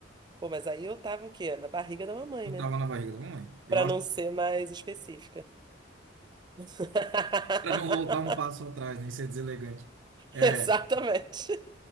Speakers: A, on the right; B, on the right.
A: pô, mas aí eu tava o quê? Na barriga da mamãe,
B: Eu
A: né?
B: tava na barriga da mamãe. Eu
A: Pra
B: acho
A: não ser
B: que
A: mais específica. <laughs>
B: para não voltar um passo atrás, nem ser deselegante. É,
A: Exatamente.